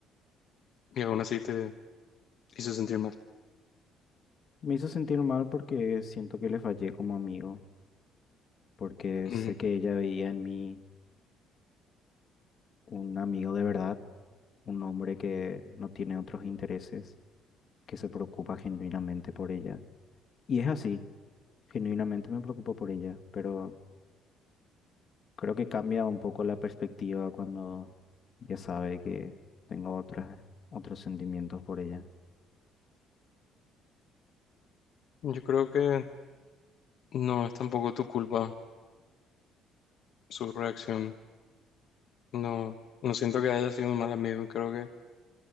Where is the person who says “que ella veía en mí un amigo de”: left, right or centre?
Left